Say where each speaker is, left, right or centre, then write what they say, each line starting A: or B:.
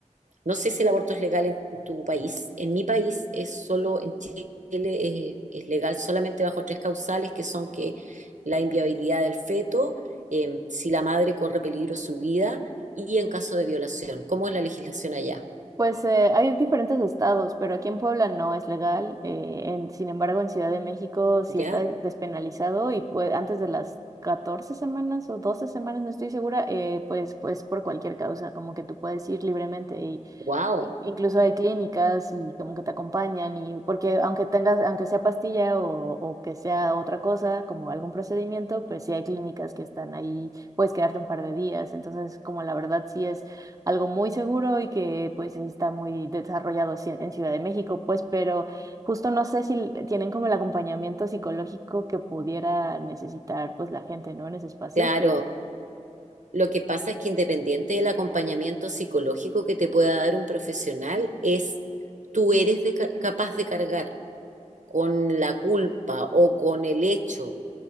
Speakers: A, on the right (about 80°); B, on the right (about 25°).
A: no sé si el aborto es legal en tu país. En mi país es solo, en Chile eh, es, legal solamente bajo tres causales, que son que la inviabilidad del feto, eh, si la madre corre peligro su vida y en caso de violación. ¿Cómo es la legislación allá?
B: Pues eh, hay diferentes estados, pero aquí en Puebla no es legal. eh, en- sin embargo, en Ciudad de México sí
A: ¿Ya?
B: está de- despenalizado y pues, antes de las 14 semanas o 12 semanas, no estoy segura, eh, pues, pues por cualquier causa, como que tú puedes ir libremente y
A: Wow.
B: y incluso hay clínicas y como que te acompañan y porque aunque tengas, aunque sea pastilla o, o que sea otra cosa, como algún procedimiento, pues sí hay clínicas que están ahí, puedes quedarte un par de días. Entonces, como la verdad sí es algo muy seguro y que pues sí está muy desarrollado ci- en Ciudad de México, pues, pero justo no sé si l- tienen como el acompañamiento psicológico que pudiera necesitar pues la gente, ¿no? En ese espacio,
A: Claro.
B: pero
A: Lo que pasa es que independiente del acompañamiento psicológico que te pueda dar un profesional, es tú eres de ca- capaz de cargar con la culpa o con el hecho